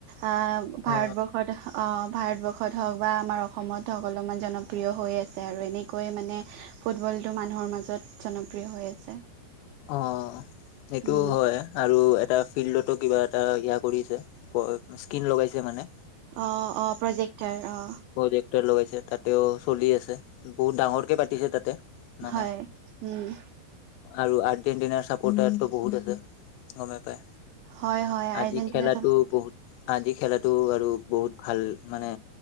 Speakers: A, on the right; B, on the left.
A: আ ভাৰতবৰ্ষত।
B: অ
A: অ ভাৰতবৰ্ষত হওঁক বা আমাৰ অসমত হওক অলপমান জনপ্ৰিয় হৈ আছে আৰু এনেকৈ মানে। ফুটবলটো মানুহৰ মাজত জনপ্ৰিয় হৈ আছে।
B: অ সেইটো
A: উম
B: হয় আৰু এট এটা ফিল্ডতো কিবা এটা ইয়া কৰিছে স্কিন লগাইছে মানে।
A: অ অ প্ৰজেক্টাৰ অ।
B: প্ৰটেক্টৰ লগাইছে তাতেও চলি আছে বহু ডাঙৰ কে পাতিছে তাতে। মানে
A: হয় উম।
B: আৰু আৰ্জেণ্টিনাৰ চাপৰ্টাৰটো বহুত আছে গমেই পাই।
A: হয় হয় আৰ্জেণ্টিনা
B: আজি খেলাটো
A: চাব
B: বহুত। আজি খেলাটো আৰু বহুত ভাল মানে